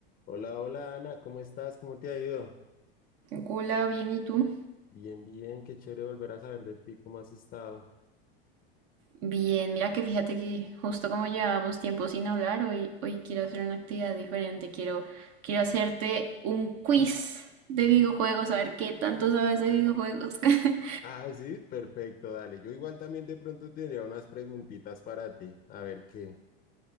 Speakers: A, on the left; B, on the right.
A: Hola, hola Ana, ¿cómo estás? ¿Cómo te ha ido?
B: Hola, bien, ¿y tú?
A: Bien, bien, qué chévere volver a saber de ti, ¿cómo has estado?
B: Bien, mira que fíjate que justo como llevábamos tiempo sin hablar, hoy, hoy quiero hacer una actividad diferente. Quiero, quiero hacerte un quiz de videojuegos, a ver qué tanto sabes de videojuegos. <laughs>
A: Ah, sí, perfecto, dale. Yo igual también de pronto tendría unas preguntitas para ti, a ver qué.